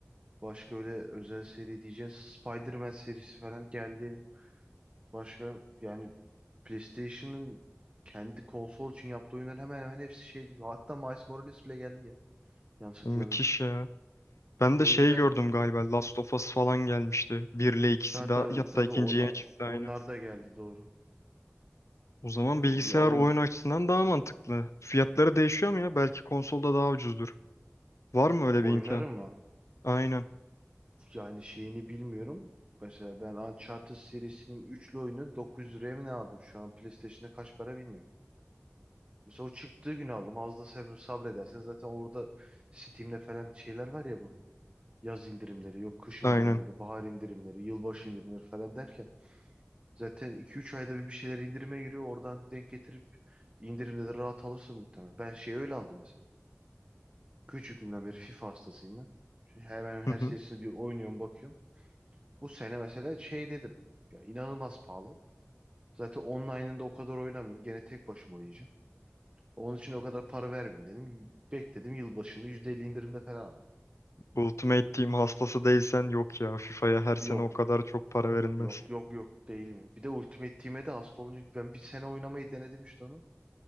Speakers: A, on the right; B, on the left.
A: Başka öyle özel seri diyeceğiz. Spider-Man serisi falan geldi. Başka yani PlayStation'ın kendi konsol için yaptığı oyunların hemen hemen hepsi şeydi. Hatta Miles Morales bile geldi ya. Yanlış hatırlamıyorsam.
B: Müthiş ya. Ben
A: O
B: de şey
A: yüzden
B: gördüm galiba Last of Us falan gelmişti. Bir, ile ikisi
A: ya
B: daha
A: tabii
B: hatta
A: tabii
B: ikinci
A: onlar,
B: yeni çıktı
A: onlar
B: aynı.
A: da geldi doğru.
B: O zaman bilgisayar
A: Doğru. Ya o
B: oyun
A: yüzden
B: açısından daha mantıklı. Fiyatları değişiyor mu ya? Belki konsolda daha ucuzdur. Var mı öyle
A: oynarım
B: bir imkan?
A: ama
B: Aynen.
A: yani şeyini bilmiyorum. Mesela ben Uncharted serisinin üçlü oyunu 900 liraya mı ne aldım? Şu an PlayStation'da kaç para bilmiyorum. Mesela o çıktığı gün aldım. Az da sabr sabredersen zaten orada Steam'de falan şeyler var ya bu. Yaz indirimleri, yok kış
B: Aynen.
A: indirimleri, bahar indirimleri, yılbaşı indirimleri falan derken zaten iki üç ayda bir bir şeyler indirime giriyor. Oradan denk getirip indirimde de rahat alırsın muhtemelen. Ben şey öyle aldım mesela. Küçüklüğümden beri FIFA hastasıyım ben. Şu Hemen her
B: Hı hı.
A: serisini bir oynuyorum bakıyorum. Bu sene mesela şey dedim. Ya inanılmaz pahalı. Zaten online'ında o kadar oynamıyorum. Gene tek başıma oynayacağım. Onun için o kadar para vermeyeyim dedim. Bekledim yılbaşında %50 indirimde falan. aldım.
B: Ultimate Team hastası değilsen yok ya. FIFA'ya her
A: Yok
B: sene o kadar çok para verilmez.
A: yok yok yok değil mi? Bir de Ultimate Team'e de hasta olunca ben bir sene oynamayı denedim işte onu.